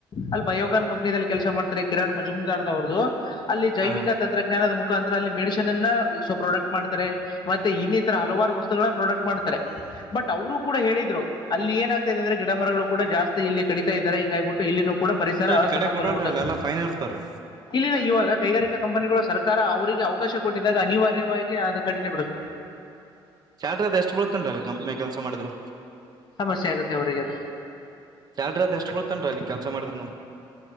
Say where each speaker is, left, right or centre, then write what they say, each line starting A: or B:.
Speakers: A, on the left; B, on the right.
A: ಅಲ್ಲಿ ಬಯೋಕಾನ್ ಕಂಪ್ನಿಲ್ಲಿ ಕೆಲಸ ಮಾಡ್ತಾರೆ ಕಿರಣ್ ಮಜುಮದಾರ್ವ್ರ್ದು ಅಲ್ಲಿ ಜೈವಿಕ
B: ಹಾ ಹಾ
A: ತಂತ್ರಜ್ಞಾನದ ಮುಖಾಂತರ ಅಲ್ಲಿ ಮೆಡಿಸನ್ ಅನ್ನ ಪ್ರೊಡಕ್ಟ್ ಮಾಡ್ತಾರೆ ಮತ್ತೆ ಇ ಹಲವಾರು ವಸ್ತುಗಳನ್ನ ಪ್ರೊಡಕ್ಟ್ ಮಾಡ್ತಾರೆ ಬಟ್ ಅವರು ಕೂಡ ಹೇಳಿದ್ರು ಅಲ್ಲಿ ಏನ ಆತಿದೆದೆ್ರ ಗಿಡ ಮರಗಳುೂಡ ಜಸ್ತಿ ಇಲ್ಲಿ ಕಡಿತಾ ಇದಾರೆ ಹಿಂಗ ಆಗ್ಬಿಟ್ಟು ಇ ಕೂಡ ಪರಿಸರ
B: ಇಲ್ರಿ ಅಲ್ಲಿ
A: ಅಸಮತೋಲ
B: ಕಡೆ ಕೊಡಲ್ರಿ
A: ಉಂಟದ
B: ಅಲ್ಲೆಲ್ಲಾ ಫೈನ್ ಇರ್ತಾವ್ರಿ
A: ಇಲ್ಲಿಲ್ಲ ಇವಾಗ ಕೈಗಾರಿಕಾ ಕಂಪನಿಗಳು ಸರ್ಕಾರ ಸಕಾರ ಅವರಿಗೆ ಅವಕಾಶ ಕೊಟ್ಟಿದ್ದಾಗ ಅನಿವಾರ್ಯವಾಗಿ ಅದು ಕಡಿಮೆ ಬಿಡುತ್ತು
B: ಸಲ್ರಿ ಅದ ಎಷ್ಟು ಬಳತನ್ಲ್ಲಿ ಕಂಪ್ನಿ ಕೆಲ್ಸ ಮಾಡಿದ್ರು
A: ಸಮಸ್ಯೆ ಆಗುತ್ತೆ ಅವ್ರರಿಗೆ ಅದು
B: ಸ್ಯಾಲ್ರಿ ಅತ್ ಎಷ್ಟ ಬೀಳುತ್ತೆ ಅಲ್ಲಿ ಕೆಲ್ಸ ಮಾಡಿದ್ರನು